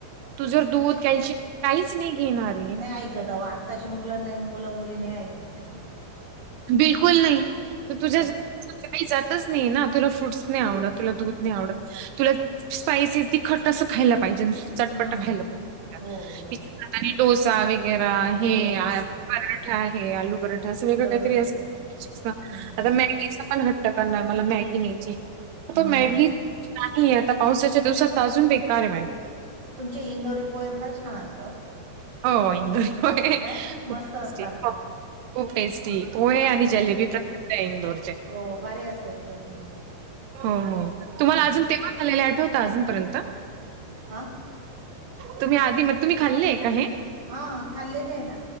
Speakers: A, on the right; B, on the right.
A: तु जर दूधं कॅल्शियम काहींचं नाहीं घेणारं
B: नाहीं ऐकतं अव आत्ताचे मुलांना मुलं मुली नाहीं ऐकतं अजिबातं
A: बिलकुंल नाहीं तुझ्यां
B: अहो.
A: <unintelligible> कांहीं जायतचं नाहीं नां तुलां फ्रूटस नाहीं आवडतं तुलां दूधं नाहीं आवडतं तुलां स्पायंसी तीखट अस खांयला पाहिजे चटपट
B: हं.
A: खांयला <unintelligible> आतां
B: हो, हो.
A: आणि डोसां वगैरे हे
B: हो, हो.
A: पराठां आहे आलू पराठा असं वेगळं
B: बरोबर
A: काही <unintelligible>
B: आहे ना. हं.
A: आतां मॅगीचां पणं हंट्ट करणारं मला मॅगी न्यायची आहे
B: हं,
A: <unintelligible> मॅगी
B: हं, हं.
A: नाहीं आतां पावसांच्या दिवसांत अजूंन बेकांर आहे मॅगी
B: तुमंचे इंदोरी पोहे फांर छान असतां हो
A: हो इंदोरी पोहे
B: काय?
A: खूपचं
B: मस्त असतात अगदी.
A: <unintelligible> खूंप टेस्टी पोहे आणि
B: हां,
A: जलेबी
B: हां.
A: प्रसिद्ध आहे इंदोरचे.
B: हो, भारी असतं एकदम <unintelligible>
A: हो हो
B: हं.
A: तुम्हाला अजून तेव्हा झालेले आठवत अजूनपर्यंत
B: हां?
A: तुम्ही आधी मग तुम्ही खाल्लेय का हे,
B: हा खाल्लेले आहे ना